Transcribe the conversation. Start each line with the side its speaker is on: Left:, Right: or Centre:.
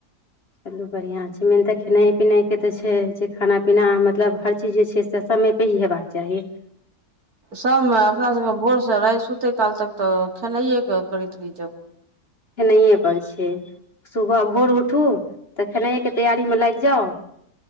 Left: चलू बढ़िआँ छै मेन तऽ खेनाइ पिनाइ के तऽ छै जे खाना पीना मतलब हर चीज जे छै से सब सम पहि हे बखच्य ह <unintelligible>
Right: सबमे अपना सबके भोर से राइत सुतै काल तक तऽ खेनाइए के करैत रहि जाउ
Left: खेनाइएपर छै सुबह भोर उठू तऽ खेनाइएके तैयारीमे लाइग जाउ